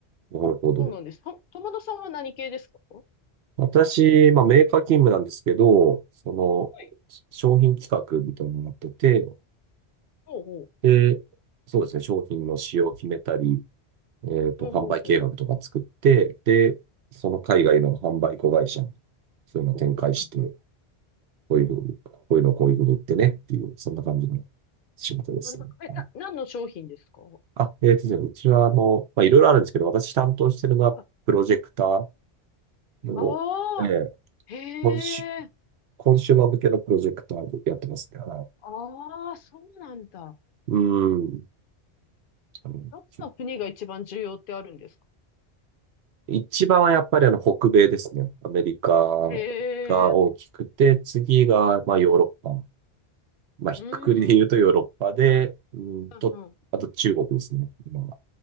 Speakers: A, on the right; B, on the left.
A: なるほど。
B: そうなんです。と、友田さんは何系ですかほ
A: 私、まあ、メーカー勤務なんですけど、その、
B: はい。
A: 商品企画みたいなのをやってて、
B: うほう。
A: で、そうですね、商品の仕様を決めたり、えっと、
B: ほうほうほう。
A: 販売計画とか作って、で、その海外の販売子会社に、
B: うん、
A: そういうのを展開して、
B: うん、うん。
A: こういうふうに、こういうのをこういうふうに売ってねっていう、そんな感じの仕事ですね。
B: なるほど。え、
A: はい。
B: な、何の商品ですか
A: あ、えっとですね、うちは、あの、まあ、いろいろあるんですけど、私担当してるのは、
B: あ
A: プロジェクターの、
B: あ
A: えー、
B: ー、へ
A: コンシュ
B: え、
A: コンシューマー向けのプロジェクターをやってますね。はい。
B: ああ、そうなんだ。
A: うん。あの結構
B: どこの国が一番重要ってあるんですか
A: 一番はやっぱりあの北米ですね。アメリカ
B: へえ、
A: が大きくて、次がまあヨーロッパ。
B: うん、
A: まあ、ひっくくりで言うとヨーロッパで、
B: うーん、
A: うんと、
B: うんうん。
A: あと中国ですね、今は。